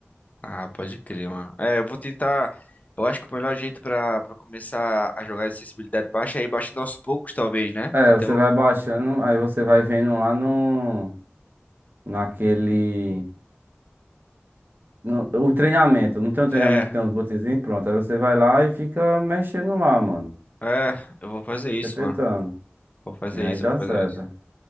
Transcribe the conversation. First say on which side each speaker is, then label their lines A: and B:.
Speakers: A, on the left; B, on the right.
A: Ah, pode crer, mano. É, eu vou tentar. Eu acho que o melhor jeito pra para começar a jogar de sensibilidade baixa é ir baixando aos poucos, talvez, né?
B: É,
A: Até
B: você
A: o.
B: vai baixando, aí você vai vendo lá no, naquele, no, o treinamento. Não tem um treinamento
A: É,
B: que tem uns botõezinhos, pronto. Aí você vai lá e fica mexendo lá, mano.
A: é, eu vou fazer
B: Fica
A: isso,
B: tentando.
A: mano. Vou fazer
B: E aí
A: isso,
B: dá
A: vou fazer
B: certo.
A: isso.